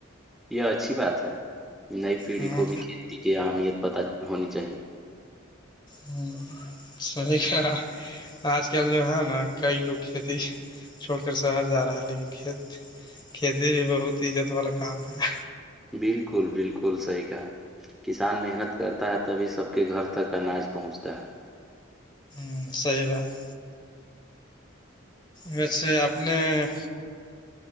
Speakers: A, in the centre; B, on the left.
A: یہ اچھی بات ہے نئی پیڑھی
B: ہ
A: کو بھی کھیتی کی اہمیت پت ہونی چاہیے
B: ہوں صحیح کہا آج کل جو ہے نا کئی لوگ کھیتی چھوڑ کر شہر جا رہے ہے لیکن کھیت کھیتی بھی بہت عزت والا کام ہے
A: بالکل بالکل صحیح کہا کسان محنت کرتا ہے تبھی سب کے گھر تک اناج پہنچتا ہے
B: ہوں صی بات- ویسے اپنے-